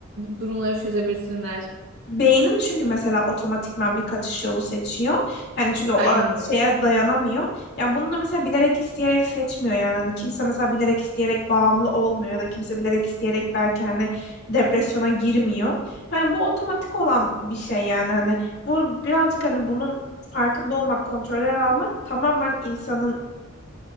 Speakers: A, on the right (about 70°); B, on the left (about 50°).
A: durumları çözebilsinler.
B: beynin çünkü mesela otomatikman bir kaçış yolu seçiyor. Hani çünkü o
A: Aynen
B: a,
A: öyle.
B: şeye dayanamıyor. Ya bunu da mesela bilerek isteyerek seçmiyor yani. Hani kimse mesela bilerek isteyerek bağımlı olmuyor ya da kimse bilerek isteyerek belki hani depresyona girmiyor. Hani bu otomatik olan bir şey yani hani bu birazcık hani bunun farkında olmak, kontroller almak tamamen insanın